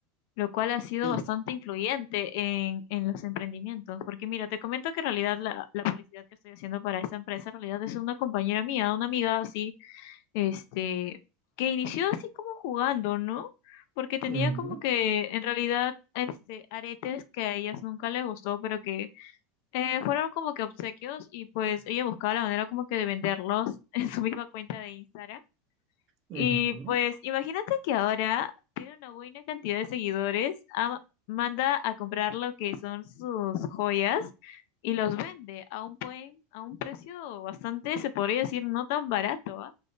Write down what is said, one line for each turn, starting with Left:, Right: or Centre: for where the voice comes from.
Left: lo cual ha sido
Right: Sí.
Left: bastante influyente en, en los emprendimientos. Porque mira, te comento que en realidad la, la publicidad que estoy haciendo para esa empresa en realidad es una compañera mía, una amiga así, este, que inició así como jugando, ¿no? Porque tenía
Right: Ujú,
Left: como que en realidad este aretes que a ellas nunca les gustó, pero que eh, fueron como que obsequios y pues ella buscaba la manera como que de venderlos <laughs> en su misma cuenta de Instagram.
Right: ujú.
Left: Y pues imagínate que ahora tiene una buena cantidad de seguidores, am- manda a comprar lo que son sus joyas y los vende a un buen, a un precio bastante, se podría decir, no tan barato, ¿ah?